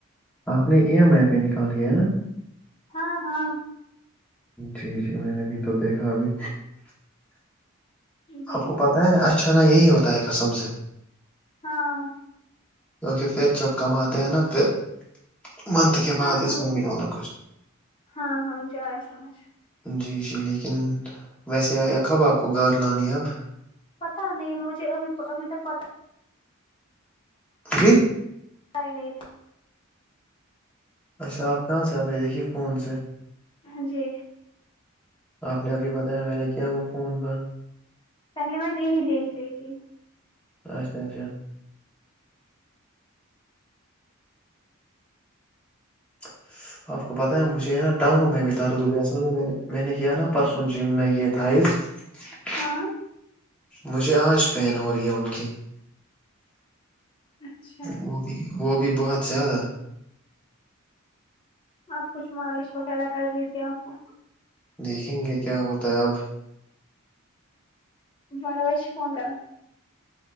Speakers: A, in the centre; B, on the left.
A: آپ نے ای ایم آئی پہ نکالیا ہے نا
B: ہاں ہاں
A: جی جی میں نے بھی تو دیکھا ابھی
B: جی
A: آپ کو پتا اچھا نہا یہی ہوتا ہے قسم سے
B: ہاں
A: کیونکہ پھر جب کماتے ہیں نا پھر منت کے
B: ہاں
A: بعد اس
B: ہاں
A: ممی ڈالو
B: ہاں ہاں مجھے آیا سمجھ
A: جی جی لیکن ویسے آیا کب آپ کو گار لانی ہے اب
B: پتا نہیں مجھے ابھی ابھی تک پتا
A: جی
B: نہیں نہیں تھی
A: اچھا آپ کہاں سے آنے دیکھیے فون سے
B: ہاں جی
A: آپ نے ابھی بتایا میں نے کیا وہ فون ب
B: پہلی مان یہی دیکھ رہی تھی
A: اچھا اچھا <unintelligible> آپ کو پتاہ ہے مجھے ہے نا ٹانگوں میں بھی درد ہوئے اصل میں میں نے میں نے کیا نا پرسوں جم میں یہ تھاز اچا
B: ہاں
A: مجھے آج پین ہو رہی ہے ان کی
B: اچھا
A: وہ بھی وہ بھی بہت زیادہ
B: آپ کچھ مالش وغیرہ کرنی تھی آپ کو
A: دیکھیں گے کیا ہوتا ہے اب
B: بارا بائیش فون کر